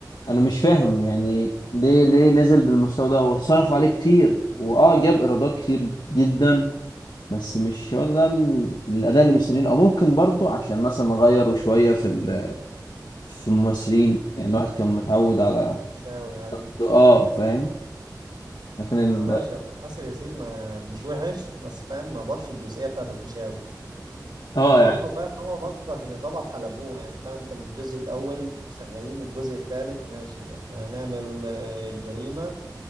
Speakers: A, on the left; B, on the right.
A: أنا مش فاهم يعني ليه ليه نزل بالمستوى ده هو صرف عليه كتير وأه جاب إيرادات كتير جدا بس مش هو ده ال- الأداء اللي مستنيينه أو ممكن برضه عشان مثلا غيروا شوية في ال- في الممثلين يعني الواحد كان متعود على
B: الفيشاوي يعني
A: آه فاهم لكن ال...
B: هو ماشي آسر ياسين ما مش وحش بس فاهم ما ضافش الجزئية بتاعة الفيشاوي
A: اه
B: وبرضه
A: يعني
B: فاهم هو برضه عشان يعتبر حلبوه يعني فاهم انت من الجزء الأول شغالين الجزء الثالث ماشي احنا هنعمل آه، جريمة